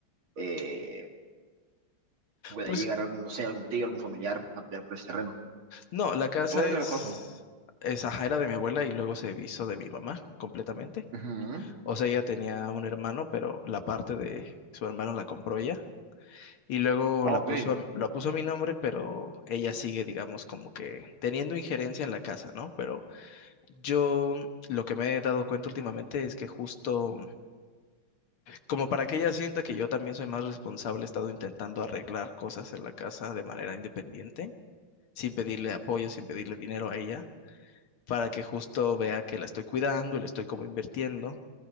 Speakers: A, on the right; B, on the left.
A: eh, puede
B: Pues
A: llegar algún, no sé, algún tío, algún familiar a pelear por ese terreno.
B: no, la casa
A: Puede
B: es,
A: ser el caso.
B: es ajá, era de mi abuela y luego se hizo de mi mamá completamente.
A: Ujú,
B: O sea, ella tenía un hermano, pero la parte de su hermano la compró ella y luego
A: Ok.
B: la puso a, la puso a mi nombre, pero ella sigue, digamos, como que teniendo injerencia en la casa, ¿no? Pero yo lo que me he dado cuenta últimamente es que justo como para que ella sienta que yo también soy más responsable, he estado intentando arreglar cosas en la casa de manera independiente, sin pedirle apoyo, sin pedirle dinero a ella, para que justo vea que la estoy cuidando y la estoy como invirtiendo